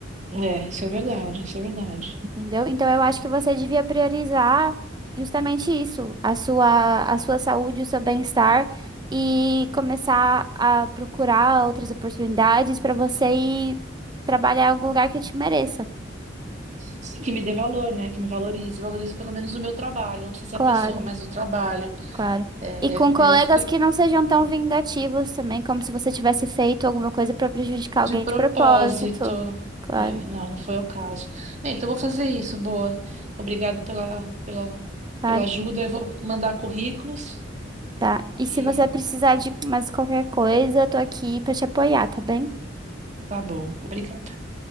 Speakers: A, on the right; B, on the right.
A: É, isso é verdade, isso é verdade.
B: entendeu? Então, eu acho que você devia priorizar justamente isso, a sua, a sua saúde, o seu bem-estar e começar a procurar outras oportunidades para você ir trabalhar em algum lugar que te mereça.
A: Sim, que me dê valor, né? Que me valorize, valorize pelo menos o meu trabalho. Não precisa ser
B: Claro.
A: a pessoa, mas o trabalho.
B: Claro.
A: É,
B: E com
A: é,
B: colegas
A: é isso que
B: que não sejam tão vingativos também, como se você tivesse feito alguma coisa pra prejudicar
A: de
B: alguém
A: propósito.
B: de propósito. Claro,
A: É, não, não foi o caso. É, então eu vou fazer isso, boa. Obrigado pela, pela,
B: claro.
A: pela ajuda. Eu vou mandar currículos
B: Tá. E se
A: e
B: você precisar de mais qualquer coisa, eu tô aqui pra te apoiar, tá bem?
A: tá bom. Obrigada.